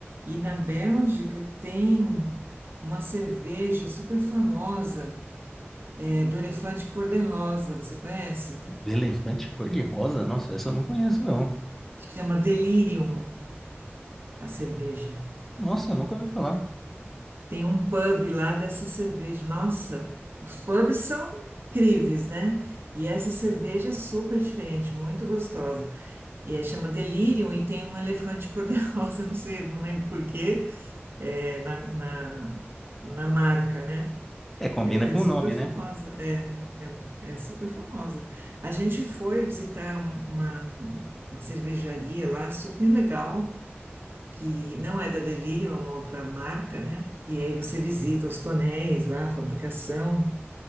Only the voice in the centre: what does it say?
Elefante cor-de-rosa? Nossa, essa eu não conheço, não.
Nossa, eu nunca ouvi falar.
É, combina
com
o nome,
né?